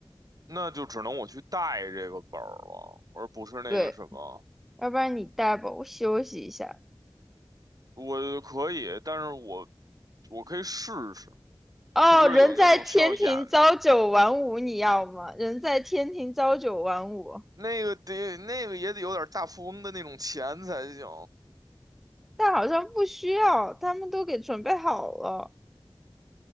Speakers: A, on the right; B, in the centre.
A: 那就只能我去带这个本儿了，而不是那个什么。
B: 对，要不然你带吧，我休息一下。
A: 我可以，但是我我可以试试，
B: 哦，
A: 特别是有那种需要演的，
B: 人在天庭朝九晚五，你要吗？人在天庭朝九晚五，
A: 那个得那个也得有点大富翁的那种钱才行。
B: 但好像不需要，他们都给准备好了。